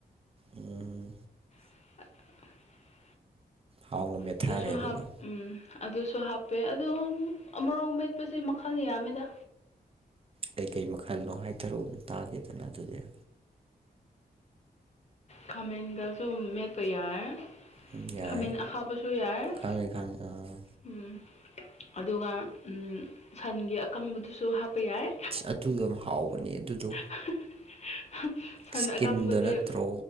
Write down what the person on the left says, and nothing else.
<inaudible>
ꯑꯗꯨꯁꯨ
ꯍꯥꯞ ꯎꯝ ꯑꯗꯨꯁꯨ ꯍꯥꯞꯄꯦ ꯑꯗꯣ ꯑꯃꯔꯣꯛ ꯃꯦꯠꯄꯁꯦ ꯃꯈꯜ ꯌꯥꯝꯃꯦꯗꯥ
ꯈꯥꯃꯦꯟꯒꯁꯨ ꯃꯦꯠꯄ ꯌꯥꯢ
ꯈꯥꯃꯦꯟ ꯑꯈꯥꯕꯁꯨ ꯌꯥꯏ
ꯎꯝ ꯑꯗꯨꯒ ꯎꯝ ꯁꯟꯒꯤ ꯑꯀꯪꯕꯗꯨꯁꯨ ꯍꯥꯞꯄ ꯌꯥꯏ
<inaudible>
ꯑꯀꯪꯕꯗꯤ